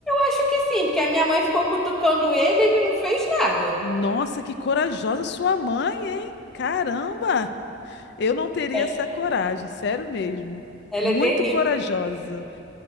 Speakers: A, in the centre; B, on the left.
A: acho que sim, porque a minha mãe ficou cutucando ele e ele não fez nada.
B: Nossa, que corajosa sua mãe, hein? Caramba! Eu não teria
A: É,
B: essa coragem, sério mesmo.
A: ela
B: Muito
A: é terrível.
B: corajosa.